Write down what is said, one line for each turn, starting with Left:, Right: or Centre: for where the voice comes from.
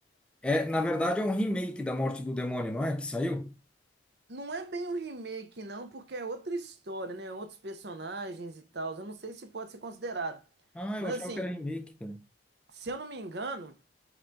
Centre: É, na verdade é um remake da Morte do Demônio, não é? Que saiu?
Right: Não é bem um remake, não, porque é outra história, né? Outros personagens e tal. Eu não sei se pode ser considerado.
Centre: Ah,
Right: Mas
Centre: eu achava
Right: assim,
Centre: que era remake, cara.
Right: se eu não me engano.